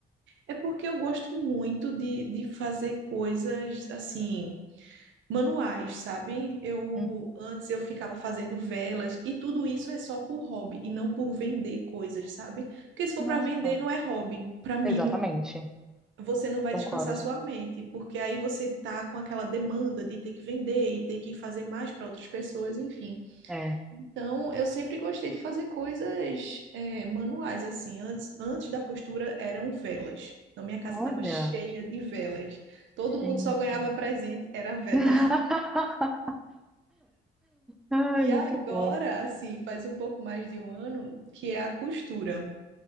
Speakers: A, on the right; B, in the centre.
A: É porque eu gosto muito de, de fazer coisas assim, manuais, sabe? Eu
B: Hum,
A: antes eu ficava fazendo velas e tudo isso é só por hobby e não por vender coisas, sabe? Porque se for
B: nossa,
A: para vender não é hobby. Para mim
B: exatamente.
A: não, você não vai
B: Concordo.
A: descansar sua mente, porque aí você tá com aquela demanda de ter que vender e ter que fazer mais para outras pessoas, enfim.
B: É.
A: Então, eu sempre gostei de fazer coisas é, manuais, assim. Antes, antes da costura eram velas. Então, minha casa
B: Olha,
A: estava cheia de velas. Todo
B: gente.
A: mundo só ganhava presente, era vela.
B: <laughs> Ai,
A: E
B: muito
A: agora,
B: bom.
A: assim, faz um pouco mais de um ano que é a costura.